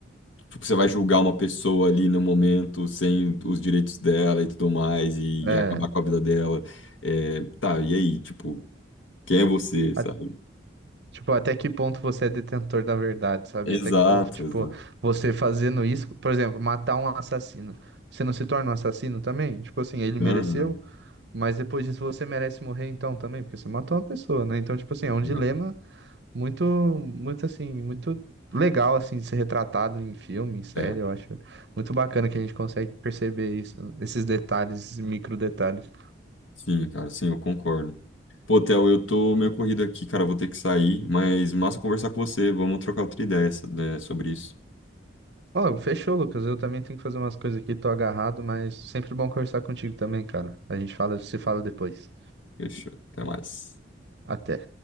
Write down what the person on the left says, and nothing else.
tipo, você vai julgar uma pessoa ali no momento sem os direitos dela e tudo mais, e,
acabar com a vida dela? É, tá, e aí, tipo, quem é você, sabe?
Exato,
exato.
Aham,
né?
é.
Sim, cara, sim, eu concordo. Pô, Theo, eu tô meio corrido aqui, cara, vou ter que sair, mas massa conversar com você. Vamos trocar outra ideia so- né, sobre isso.
Fechou, até mais.